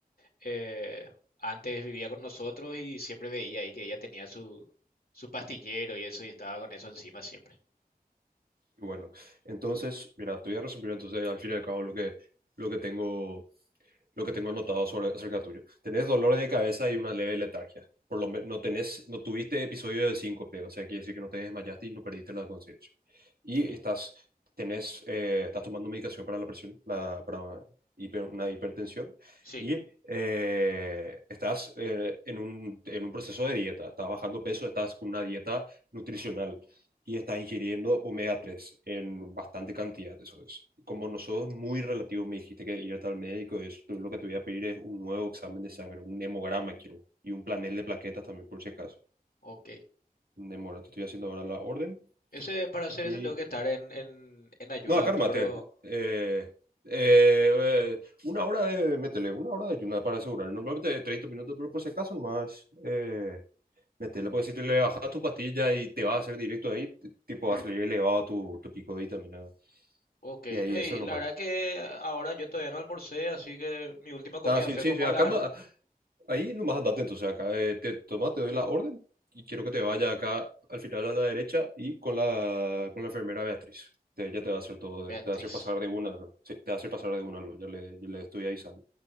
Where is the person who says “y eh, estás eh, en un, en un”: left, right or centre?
Right